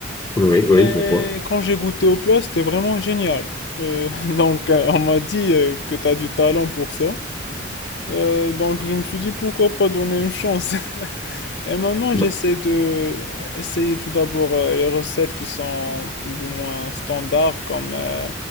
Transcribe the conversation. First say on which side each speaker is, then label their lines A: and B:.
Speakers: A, on the left; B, on the left.
A: oui, oui,
B: Et
A: je vois.
B: quand j'ai goûté au plat, c'était vraiment génial. Euh, <laughs> donc, euh, on m'a dit euh, que t'as du talent pour ça. Euh, donc, je me suis dit pourquoi pas donner une chance. Et maintenant,
A: Bah,
B: j'essaie de essayer tout d'abord euh, les recettes qui sont plus ou moins standards, comme euh,